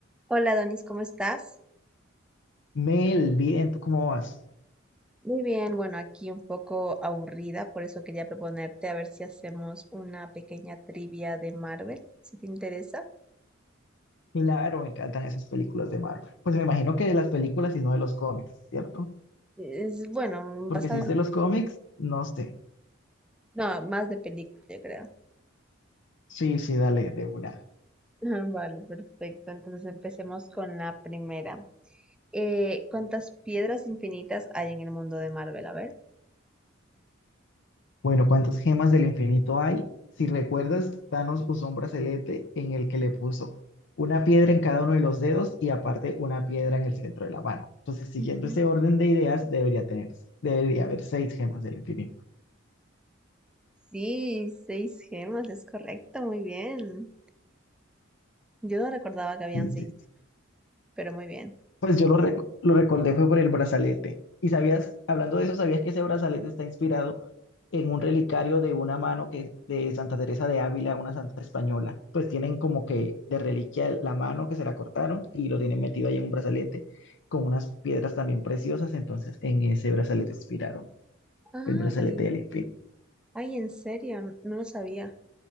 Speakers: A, in the centre; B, on the left.
A: Hola Donis, ¿cómo estás?
B: Mel, bien, ¿tú cómo vas?
A: Muy bien, bueno, aquí un poco aburrida, por eso quería proponerte a ver si hacemos una pequeña trivia de Marvel, si te interesa.
B: Claro, me encantan esas películas de Marvel. Pues me imagino que de las películas y no de los cómics, ¿cierto?
A: Es bueno,
B: Porque
A: basado
B: si es
A: en...
B: de los cómics, no sé.
A: No, más de película, yo creo.
B: Sí, sí, dale, de una.
A: Ah, Vale, perfecto. Entonces empecemos con la primera. Eh, ¿cuántas piedras infinitas hay en el mundo de Marvel? A ver.
B: Bueno, ¿cuántas gemas del infinito hay? Si recuerdas, Thanos usó un brazalete en el que le puso una piedra en cada uno de los dedos y aparte una piedra en el centro de la mano. Entonces, siguiendo
A: Ujú.
B: ese orden de ideas, debería tener, debería haber seis gemas del infinito.
A: Sí, seis gemas, es correcto, muy bien. Yo no recordaba que habían
B: Sí,
A: seis,
B: sí,
A: pero muy bien.
B: Pues yo lo, rec- lo recordé fue por el brazalete. Y sabías, hablando de eso, sabías que ese brazalete está inspirado en un relicario de una mano que de Santa Teresa de Ávila, una santa española. Pues tienen como que de reliquia la mano que se la cortaron y lo tienen metido ahí en un brazalete con unas piedras también preciosas. Entonces, en ese brazalete inspiraron
A: Ay,
B: el brazalete del infinito.
A: Ay, en serio, N- no lo sabía,